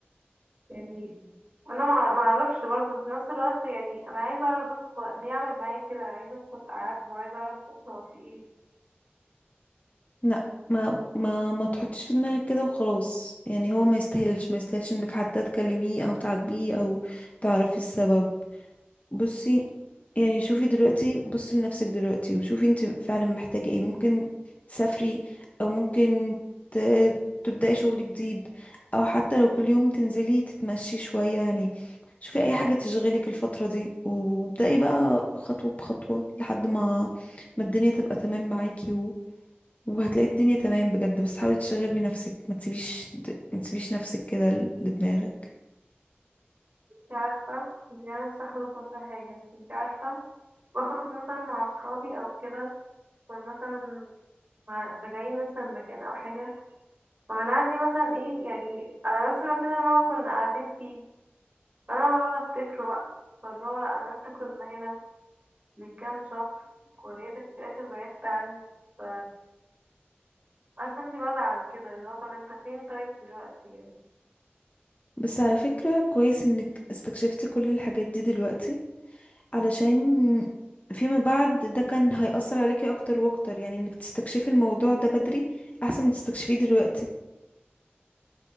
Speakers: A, on the right; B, on the left.
A: يعني انا مع- معرفش برضه في نفس الوقت يعني انا عايزة اعرف بس هو ليه عمل معايا كده عايزة افهم قعد وعايزة اعرف بس هو في ايه
B: لا ما ما ما تحطيش في دماغك كده وخلاص يعني هو ما يستاهلش ما يستاهلش انك حتى تكلميه او تعاتبيه او تعرفي السبب بصي يعني شوفي دلوقتي بصي لنفسك دلوقتي وشوفي انت فعلا محتاجة ايه ممكن تسافري او ممكن ت... تبدأي شغل جديد او حتى لو كل يوم تنزلي تتمشي شوية يعني شوفي اي حاجة تشغلك الفترة دي وابدأي بقى خطوة بخطوة لحد ما ما الدنيا تبقى تمام معاكي و... وهتلاقي الدنيا تمام بجد بس حاولي تشغلي نفسك ما تسيبيش د... ما تسيبيش نفسك كده ل- لدماغك
A: انتي عارفة مش جانب صح وكل حاجة بس انتي عارفة بخرج مثلا مع أصحابي أو كده كنا مثلا مع- راجعين مثلا مكان أو حاجة فبنعدي مثلا ايه يعني على نفس المكان اللي هو كنا قاعدين فيه فأنا بقعد أفتكره بقى فاللي هو أنا وأنت كنا هنا من كام شهر ولقيتك في الآخر بعدت عني ف- عارفة انتي بزعل كده اللي هو طب انت فين طيب دلوقتي يعني
B: بس على فكرة كويس انك استكشفتي كل الحاجات دي دلوقتي علشان فيما بعد ده كان هيأثر عليكي اكتر واكتر يعني انك تستكشفي الموضوع ده بدري احسن ما تستكشفيه دلوقتي